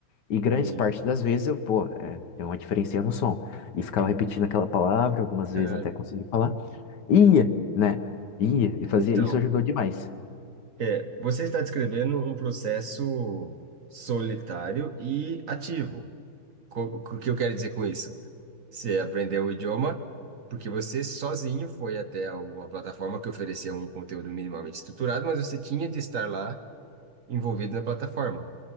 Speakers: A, on the left; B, on the right.
A: E grande
B: Sim.
A: parte das vezes eu, pô, é, tem uma diferença no som. E ficava repetindo aquela palavra, algumas vezes
B: É,
A: até conseguir falar. Ia, né? Ia, e fazia,
B: então,
A: isso ajudou demais.
B: é, você está descrevendo um processo solitário e ativo. Co- O que eu quero dizer com isso? Você aprendeu o idioma porque você sozinho foi até alguma plataforma que oferecia um conteúdo minimamente estruturado, mas você tinha de estar lá envolvido na plataforma,